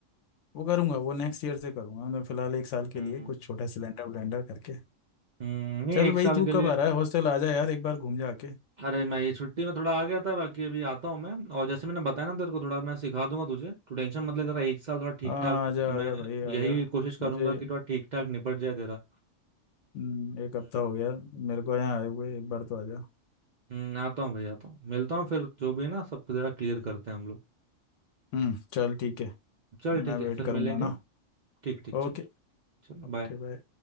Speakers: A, on the left; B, on the right.
A: वो करूंगा वो नेक्स्ट ईयर से करूंगा मैं फिलहाल एक साल के
B: हम्म
A: लिए कुछ छोटा सिलेंडर विलेंडर करके
B: हम्म, नहीं
A: चल
B: एक
A: भाई
B: साल
A: तू
B: के लिए
A: कब आ रहा है हॉस्टल आ जा यार एक बार घूम जा के।
B: अरे मैं ये छुट्टी में थोड़ा आ गया था बाकी अभी आता हूँ मैं और जैसे मैंने बताया ना तेरे को थोड़ा मैं सिखा दूंगा तुझे तू टेंशन मत ले जरा एक साल थोड़ा ठीक
A: हाँ
B: ठाक
A: आजा
B: मैं
A: आजा भाई
B: यही
A: आजा
B: कोशिश करूंगा
A: मुझे
B: कि थोड़ा ठीक ठाक निपट जाए तेरा
A: हम्म, एक
B: हम्म,
A: हफ्ता हो गया मेरे को यहाँ आए हुए एक बार तो आजा
B: हम्म, आता हूँ भाई आता हूँ मिलता हूँ फिर जो भी है ना सब जरा क्लियर करते हैं हम लोग
A: हम्म चल ठीक है
B: चल
A: मैं
B: ठीक है
A: वेट
B: फिर
A: करूँगा
B: मिलेंगे
A: ना
B: ठीक ठीक
A: ओके
B: चल चलो
A: Okay
B: बाय
A: bye